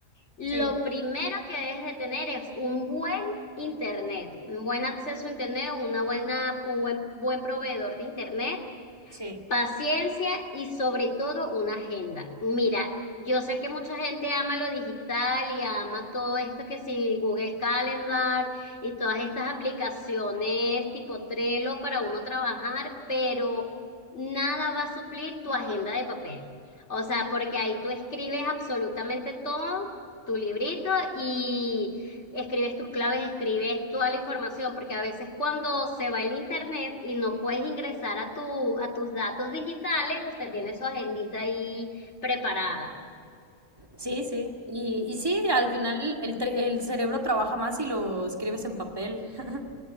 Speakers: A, on the left; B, on the right.
A: lo
B: Sí,
A: primero que debes de tener es un buen internet, un buen acceso a internet, una buena, un buen, buen proveedor de internet
B: sí.
A: Paciencia y sobre todo una agenda. Mira, yo sé que mucha gente ama lo digital y ama todo esto que si Google Calendar y todas estas aplicaciones tipo Trello para uno trabajar, pero nada va a suplir tu agenda de papel. O sea, porque ahí tú escribes absolutamente todo, tu librito y escribes tus claves, escribes toda la información, porque a veces cuando se va el internet y no puedes ingresar a tu, a tus datos digitales, usted tiene su agendita ahí preparada.
B: Sí, sí. Y, y sí, al final el, tre- el cerebro trabaja más si lo escribes en papel. <laughs>